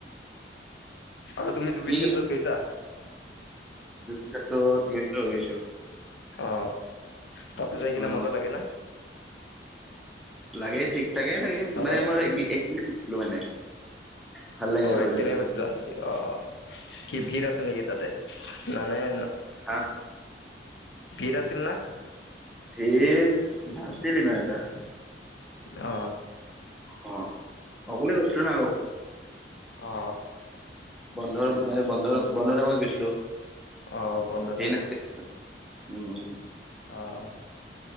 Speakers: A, on the left; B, in the centre.
A: আৰু তুমি জুবিন
B: কি
A: ক্ষেত্ৰত গৈছা?
B: জুবিন ক্ষেত্ৰত গৈছো গৈছো।
A: অ। তাতে যাই কিনে
B: অ
A: মজা লাগে না?
B: লাগে ঠিক থাকেই লাগে
A: হেল্ল'
B: মানে
A: অ
B: মোৰ একদিনেই গৈছিলো মানে। ভাল লাগে
A: অ
B: আৰু
A: একদিনেই
B: যাই পিনে
A: গৈছিলা নিকি অ। কি ভিৰ আছিল নিকি তাতে মানে না
B: হা
A: ভিৰ আছিল না?
B: ভিৰ নাছিল ইমান এটা।
A: অ।
B: অ, অকলে গৈছিলা নে লগত
A: অ
B: বন্ধৰ মানে বন্ধৰ বন্ধৰ টাইমত গৈছিলো।
A: অ, বন্ধৰ
B: ভিৰ
A: টাইমত।
B: নাছিল উম।
A: অ অ।